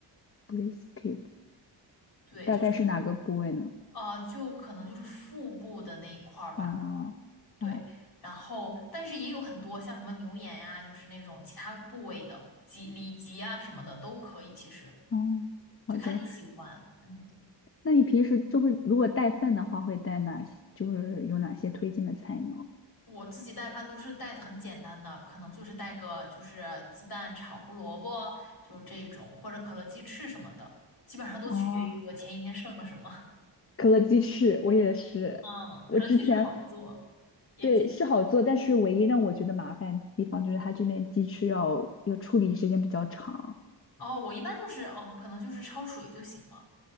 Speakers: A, on the left; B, on the left.
A: ？Brisket
B: 对，
A: 大概是哪个部位呢？
B: 就是呃，就可能就是腹部的那一块儿吧，
A: 哦哦
B: 对。然后，但是也有很多像什么牛眼呀、就是那种其他部位的脊里脊啊什么的都可以，其实
A: 哦，
B: 就看你喜欢。
A: 好的。
B: 嗯，
A: 那你平时就会如果带饭的话，会带哪些？就是有哪些推荐的菜呢？
B: 我自己带饭都是带的很简单的，可能就是带个就是鸡蛋炒胡萝卜，就是这种，或者可乐鸡翅什么的，基本上都取决于我前一天剩了什么。
A: 哦，可乐鸡翅，我也是。
B: 嗯，
A: 我之前
B: 可乐鸡翅好做，也简
A: 对，是好做，但是唯一让我觉得麻烦的地方就是它这边鸡翅要要处理时间比较长。
B: 单。哦，我一般就是哦，可能就是焯水就行了。